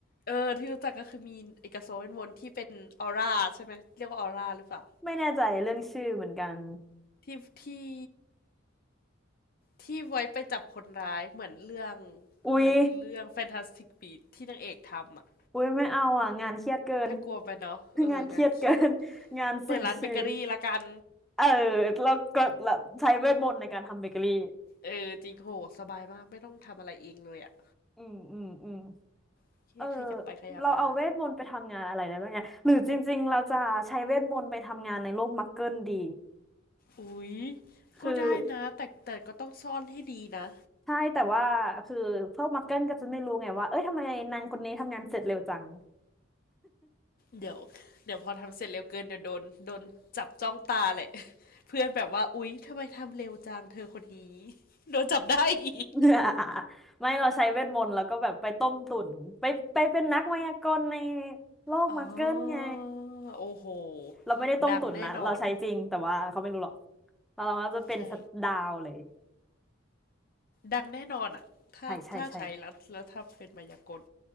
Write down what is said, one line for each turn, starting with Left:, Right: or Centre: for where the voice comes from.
Left: เออ ที่รู้จักก็คือมีเอกโซเวนวนที่เป็นออร่าใช่ไหม เรียกว่าออร่าหรือเปล่า
Centre: ไม่แน่ใจเรื่องชื่อเหมือนกัน
Left: ที่ที่ ที่ไว้ไปจับคนร้ายเหมือนเรื่อง
Centre: อุ๊ย
Left: เหมือนเรื่อง Fantastic Beasts ที่นางเอกทำอ่ะ
Centre: อุ๊ยไม่เอาอ่ะงานเครียดเกิน
Left: น่ากลัวไปเนาะเอองานเครียด
Centre: <laughs> งานเครียดเกิน <laughs> งานเสี่ยงชีวิต
Left: เปิดร้านเบเกอรี่ละกัน
Centre: เออแล้วก็แล้วใช้เวทมนต์ในการทำเบเกอรี่
Left: เออจริงโหสบายมากไม่ต้องทำอะไรเองเลยอ่ะ
Centre: อืมอืมอืม
Left: โอเคขยับไปขยับมา
Centre: เออเราเอาเวทมนต์ไปทำงานอะไรได้บ้างเนี่ยหรือจริงๆเราจะใช้เวทมนต์ไปทำงานในโลกมักเกิลดี
Left: อุ๊ย
Centre: คือ
Left: ก็ได้นะแต่แต่ก็ต้องซ่อนให้ดีนะ
Centre: ใช่แต่ว่าคือพวกมักเกิลก็จะไม่รู้ไงว่าเอ้ยทำไมนางคนนี้ทำงานเสร็จเร็วจัง
Left: เดี๋ยวเดี๋ยวพอทำเสร็จเร็วเกินเดี๋ยวโดนโดนจับจ้องตาแหละ <laughs> เพื่อนแบบว่าอุ๊ยทำไมทำเร็วจังเธอคนนี้โดนจับได้อีก <laughs>
Centre: <laughs> ไม่เราใช้เวทมนต์แล้วก็แบบไปต้มตุ๋นไปไปเป็นนักมายากลในโลกมาเกิลไง
Left: อ๋อโอ้โห
Centre: เราไม่ได้ต้มตุ๋นนะเราใช้จริงแต่ว่าเขาไม่รู้หรอก
Left: ดังแน่นอน
Centre: แล้วเราก็จะเป็นสตว์ดาวเลย
Left: ใช่ดังแน่นอนอ่ะถ้าถ้าใช้แล้วแล้วถ้าเป็นมายากล
Centre: ใช่ใช่ใช่